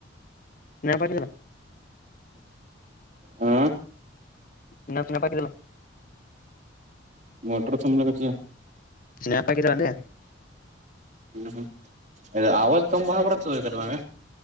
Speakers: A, on the left (about 45°); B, on the right (about 40°).
A: ಏನೇನ ಮಾಡಿದ್ರು
B: ಹಾ
A: ಇನೊಂದು ಸಲ ಬರ್ರೆಲ್ಲ
B: ಮೊಟರ್ ಸಂಬಲಚ್ಚಾ
A: ಸ್ನ್ಯಾಪ್ ಆಕಿರು ಏನ್ಲೆ ಅಲ್ಲೆ
B: ಹ್ಞ ಇಲ್ಲಪ್ಪ ಇಲ್ಲ ಆವಾಜ್ ಬಾಳ ಬರ್ತ್ತದ ಇದರಾಗ